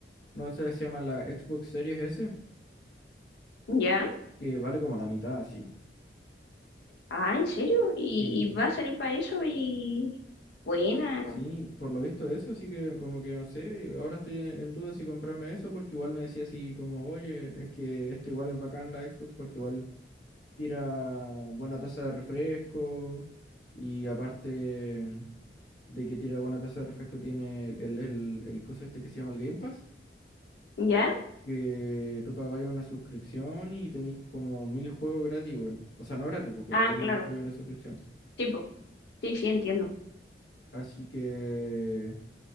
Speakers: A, on the left (about 85°); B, on the left (about 65°).
A: una cosa que se llama la Xbox Series S,
B: Ya.
A: que vale como la mitad, sí.
B: Ah, ¿en serio? ¿Y,
A: Sí,
B: y va a salir para eso? Y buena,
A: sí, por lo visto eso, así que como que no sé, ahora estoy en en duda si comprarme eso, porque igual me decía así como, oye, es que este igual es bacán la Xbox, porque igual tira buena tasa de refresco, y aparte mm, de que tira buena tasa de refresco tiene el, el, el, el coso este que se llama el Game Pass.
B: ¿ya?
A: que tú pagáis una suscripción y tenéis como mil juegos gratis, weón. O sea, no gratis, pues, pero
B: Ah,
A: vienen
B: claro,
A: incluidos en la suscripción.
B: sí, po. Sí, sí, entiendo.
A: Así que